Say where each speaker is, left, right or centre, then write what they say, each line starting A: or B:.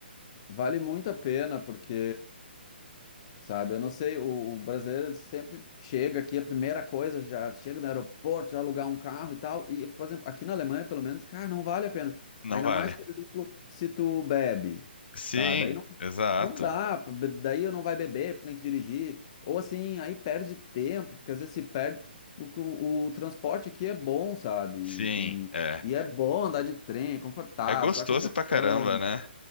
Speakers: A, on the left; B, on the left.
A: vale muito a pena, porque Sabe, eu não sei, o, o brasileiro ele sempre chega aqui, a primeira coisa, já chega no aeroporto, já alugar um carro e tal. E, por exemplo, aqui na Alemanha, pelo menos, cara, não vale a pena.
B: Não
A: Ainda
B: vale.
A: mais, por exemplo, se tu bebe,
B: Sim,
A: sabe? Aí não,
B: exato.
A: não dá, be- daí não vai beber, porque tem que dirigir. Ou assim, aí perde tempo, porque às vezes se perde. O, o, o transporte aqui é bom, sabe?
B: Sim,
A: E, e,
B: é.
A: e é bom andar de trem, é confortável,
B: É gostoso
A: tu vai conversando.
B: pra caramba, né?